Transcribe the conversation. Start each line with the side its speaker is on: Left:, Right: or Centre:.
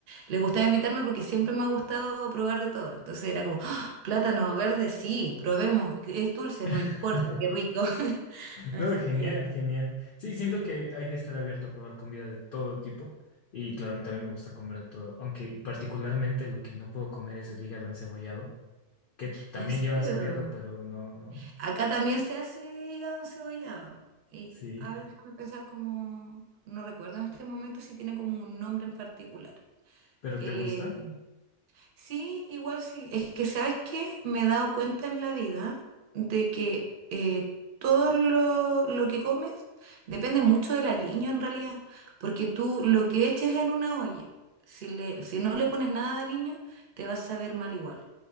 Right: les gustaba invitarme porque siempre me ha gustado probar de todo. Entonces era como, "¡Ah! plátano verde, sí, probemos, es dulce,
Left: <laughs>
Right: no importa, qué rico. <laughs> Así
Left: No, genial,
Right: que,
Left: genial. Sí, siento
Right: sí,
Left: que hay que estar abierto a probar comida de todo tipo. Y claro, a mí también me gusta comer de todo. Aunque particularmente lo que no puedo comer es el hígado encebollado, que también
Right: en serio.
Left: lleva encebollado, pero no, no.
Right: Acá también se hace hígado encebollado. Y
Left: Sí.
Right: a ver, déjame pensar como, no recuerdo en este momento si tiene como un nombre en particular.
Left: ¿Pero
Right: Eh,
Left: te gusta?
Right: Sí, igual sí. Es que, ¿sabes qué? Me he dado cuenta en la vida de que eh, todo lo, lo que comes depende mucho del aliño en realidad, porque tú lo que eches en una olla, si le, si no le pones nada de aliño, te va a saber mal igual.